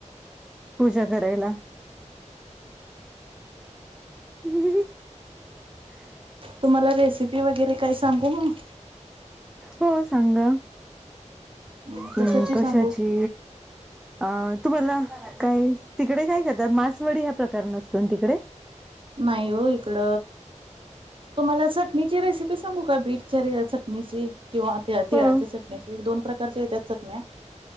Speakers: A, in the centre; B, on the right.
A: पूजा घरायला ह.
B: तुम्हाला रेसिपी वगैरे काय सांगू मग
A: हो सांग.
B: अं
A: हम् कशाची
B: सांगू?
A: अ तुम्हाला? काय तिकडे काय करतात मासवडी ह्या प्रकारसतो तिकडे.
B: नाहीयव इकड. तुम्हाला चटणीची रेसिपी सांगू का बीटच्या चटणीची किंवा ते तिळाच्या
A: हो
B: चटणीचे दोन प्रकारच्या येत्या चटण्या.